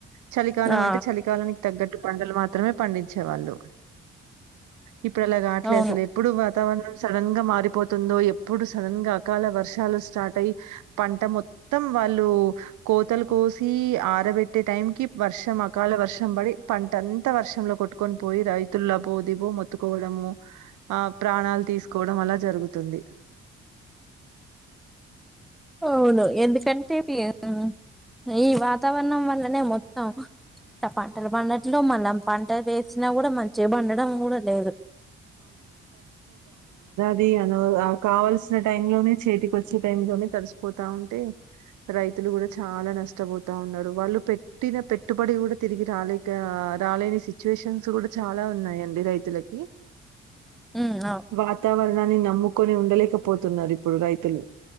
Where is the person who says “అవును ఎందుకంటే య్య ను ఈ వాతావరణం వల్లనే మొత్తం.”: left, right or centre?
Centre